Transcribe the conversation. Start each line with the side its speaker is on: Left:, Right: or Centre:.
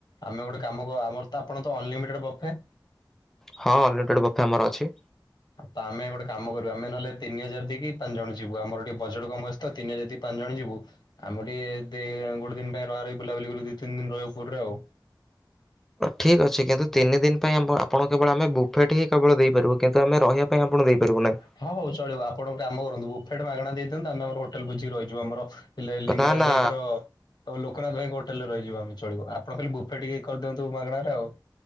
Left: ଆମେ ଗୋଟେ କାମ କୁ ଆମର ତ ଆପଣ ତ ଅନଲିମିଟେଡ ବଫେ।
Centre: ହଁ ଅନଲିମିଟେଡ଼ ବଫେ ଆମର ଅଛି।
Left: ତ ଆମେ ଗୋଟେ କାମ କରିବା, ଆମେ ନହେଲେ ତିନି ହଜାର ଦେଇକି ପାଞ୍ଚ ଜଣ ଯିବୁ, ଆମର ଟିକେ ବଜେଟ କମ ଅଛି। ତ ତିନି ହଜାର ଦେଇ ପାଞ୍ଚ ଜଣ ଯିବୁ। ଆମର ଟିକେ ଗୋଟେ ଦିନ ପାଇଁ ରହ ର ବୁଲାବୁଲିଲି ଦି ତିନି ଦିନ ରହିବୁ ଉ ପୁରୀରେ ଆଉ।
Centre: ଠିକ୍ ଅଛି କିନ୍ତୁ ତିନି ଦିନ ପାଇଁ ଆମ ଆପଣ କେବଳ ଆମେ ବୁଫେଟ୍ ହିଁ କେବଳ ଦେଇପାରିବୁ କିନ୍ତୁ ଆମେ ରହିବା ପାଇଁ ଆପଣ ଦେଇପାରିବ ନା।
Left: ହଁ ହଉ ଚଳିବ ଆପଣ କାମ କରନ୍ତୁ ବୁଫେଡ ମାଗଣା ଦେଇଦିଅନ୍ତୁ, ଆମ ଆମର ହୋଟେଲ ବୁଝିକି ରହିିଯିବୁ ଆମର ହେଲେ ଲିଙ୍ଗରାଜ
Centre: ନା ନା
Left: ଭାଇଙ୍କର ଆଉ ଲୋକନାଥ ଭାଇଙ୍କ ହୋଟେଲ ରେ ରହିଯିବ ଆମେ ଚଳିବ, ଆପଣ ଖାଲି ବୁଫେ ଟିକେ କରିଦିଅନ୍ତୁ ମାଗଣାରେ ଆଉ।